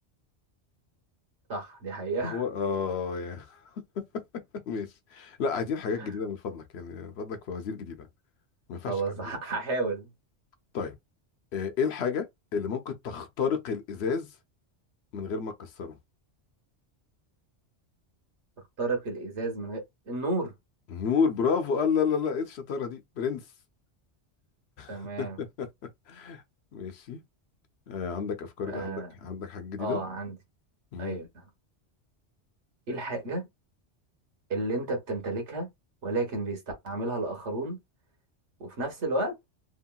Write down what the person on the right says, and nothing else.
صح دي حقيقة
<laughs>
خلاص
ه-
هحاول
اخترق الإزاز من غير النور
تمام
اه
اه عندي
ايوه ايه الحاجة اللي انت بتمتلكها ولكن بيستعملها الآخرون وفي نفس الوقت